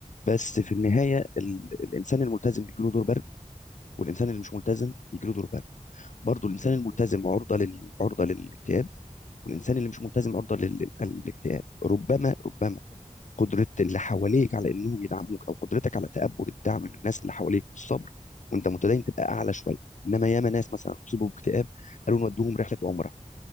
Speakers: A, on the left; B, on the left.
A: بس في النهايه ال- الانسان الملتزم بيجيله دور برد والانسان اللي مش ملتزم بيجيله دور برد برضو الانسان
B: مظبوط
A: الملتزم
B: الكلام
A: عرضه لل... عرضه للاكتئاب والانسان اللي مش ملتزم
B: اكيد
A: عرضه لل... للاكتئاب ربما ربما
B: أتفق معاك.
A: قدرة اللي
B: مم.
A: حواليك على انهم يدعموك او قدرتك على تقبل الدعم من الناس اللي حواليك والصبر وانت متدين تبقى اعلى شويه انما ياما ناس مثلا اصيبوا باكتئاب قالوا نودوهم رحله عمره